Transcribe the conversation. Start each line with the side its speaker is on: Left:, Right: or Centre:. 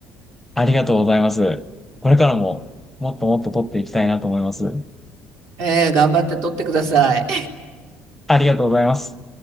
Centre: ありがとうございます。これからももっともっと撮っていきたいなと思います。
Right: ええ、頑張って撮ってください。
Centre: ありがとうございます。